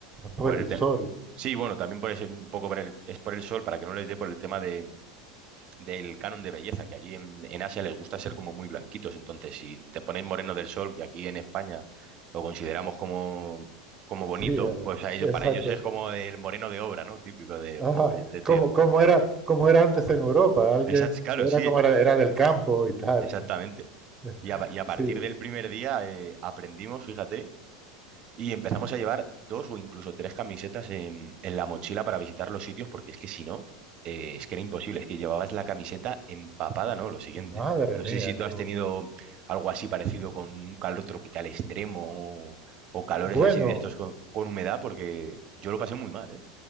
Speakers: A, on the right; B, on the right.
A: Por
B: Por
A: el
B: el te-
A: sol.
B: sí, bueno, también por ese, un poco por el, es por el sol, para que no les dé por el tema de del canon de belleza, que allí en, en Asia les gusta ser como muy blanquitos. Entonces, si te ponéis moreno del sol, que aquí en España lo consideramos como, como bonito,
A: Sí, eh,
B: pues a ellos,
A: exacto.
B: para ellos es como el moreno de obra, ¿no? Típico de,
A: Ah,
B: joder, este tío.
A: como, como era, como era antes en Europa. Alguien
B: Esa- claro,
A: era
B: sí,
A: como era, era del campo y tal.
B: exactamente.
A: <laughs>
B: Y a, y a partir
A: Sí.
B: del primer día eh, aprendimos, fíjate, Y empezamos a llevar dos o incluso tres camisetas en, en la mochila para visitar los sitios, porque es que si no, eh, es que era imposible, es que llevabas la camiseta empapada, ¿no? Lo siguiente.
A: Madre
B: No
A: mía,
B: sé si tú
A: qué
B: has
A: bu-
B: tenido algo así parecido con un calor tropical extremo o, o calores
A: bueno.
B: así de estos con, con humedad, porque yo lo pasé muy mal, ¿eh?